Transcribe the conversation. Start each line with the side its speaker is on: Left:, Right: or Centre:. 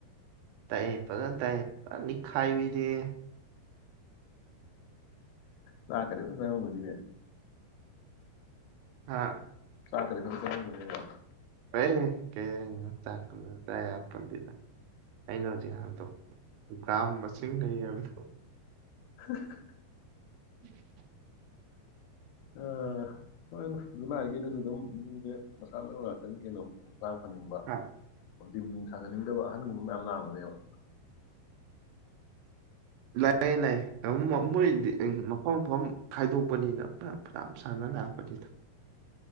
Right: ꯇꯥꯏ ꯐꯖꯅ ꯇꯥꯏ ꯐꯖꯅ ꯅꯤꯈꯥꯏꯕꯤꯅꯤ ꯍꯦ
Left: ꯆꯥꯛꯀꯗꯤ ꯐꯖꯅ ꯆꯉꯝꯒꯅꯤꯅꯦ
Right: ꯍꯥꯥ
Left: ꯆꯥꯛꯀꯗꯤ ꯐꯖꯟ ꯆꯉꯝꯒꯅꯤꯕ
Right: ꯀꯩ ꯀꯩꯝ ꯆꯥꯛ ꯀ ꯆ ꯌꯥꯄꯣꯜꯇꯦꯗ ꯑꯩꯅ ꯍꯧꯖꯤꯛ ꯍꯥꯏꯕꯗꯣ
Left: <inaudible>
Right: ꯎꯝ
Left: ꯑꯣ ꯍꯣꯏ ꯑꯗꯨ ꯖꯨꯂꯥꯏꯒꯤꯗꯨꯗ ꯑꯗꯨꯝ ꯃꯤꯁꯦ ꯃꯁꯥ ꯅꯣꯏꯕ ꯉꯥꯛꯇꯅꯤ ꯀꯩꯅꯣ ꯍꯛꯆꯥꯡ ꯐꯅꯤꯡꯕ
Right: ꯍꯥ,
Left: ꯍꯧ ꯅꯨꯡ ꯁꯥꯟꯅꯅꯤꯡꯗꯕ ꯑꯍꯟꯒꯨꯝꯕ ꯃꯌꯥꯝ ꯂꯥꯛꯑꯒꯅꯦꯕ
Right: ꯂꯩ ꯂꯩ ꯑ ꯃꯃ ꯏꯗꯤ ꯃꯐꯝ ꯃꯐꯝ ꯈꯥꯏꯗꯣꯛꯄꯅꯤꯅ ꯐꯅꯌꯥꯝ ꯁꯥꯟꯅ ꯂꯥꯛꯄꯅꯤꯗ